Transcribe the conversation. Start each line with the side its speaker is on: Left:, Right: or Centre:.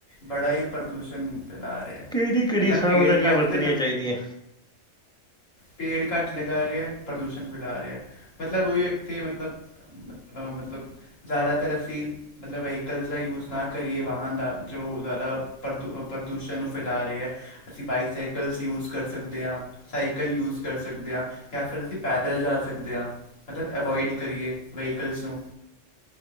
Left: ਬੜਾ ਹੀ ਪ੍ਰਦੂਸ਼ਣ ਨੂੰ ਫੈਲਾ ਰਿਹਾ।
Centre: ਕਿਹੜੀ-ਕਿਹੜੀ
Left: ਮਤਲਬ
Centre: ਸਾਵਧਾਨੀਆਂ
Left: ਪੇੜ ਘੱਟ
Centre: ਵਰਤਣੀਆਂ
Left: ਲੱਗਾ
Centre: ਚਾਹੀਦੀਆਂ।
Left: ਪੇੜ ਘੱਟ ਲਗਾ ਰਿਹਾ ਹੈ। ਪ੍ਰਦੂਸ਼ਣ ਫੈਲਾ ਰਿਹਾ, ਮਤਲਬ ਉਹੀ ਵਿਅਕਤੀ ਮਤਲਬ ਅਹ ਮਤਲਬ ਜ਼ਿਆਦਾਤਰ ਅਸੀਂ ਮਤਲਬ ਵਹੀਕਲ ਦਾ ਯੂਜ ਨਾ ਕਰੀਏ ਵਾਹਨ ਦਾ। ਜੋ ਜ਼ਿਆਦਾੂ ਪ੍ਰਦੂਸ਼ਣ ਨੂੰ ਫੈਲਾ ਰਿਹਾ ਹੈ। ਅਸੀਂ ਬਾਈਸਾਈਕਲਸ ਯੂਜ ਕਰ ਸਕਦੇ ਹਾਂ। ਸਾਈਕਲ ਯੂਜ ਕਰ ਸਕਦੇ ਹਾਂ। ਜਾਂ ਫਿਰ ਅਸੀਂ ਪੈਦਲ ਜਾ ਸਕਦੇ ਹਾਂ। ਮਤਲਬ ਅਵੋਇਡ ਕਰੀਏ ਵਹੀਕਲਸ ਨੂੰ।